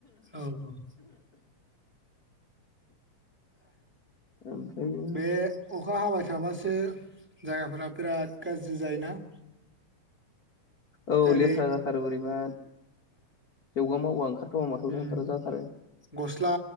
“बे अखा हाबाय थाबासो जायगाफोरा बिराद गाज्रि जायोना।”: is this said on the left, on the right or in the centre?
Centre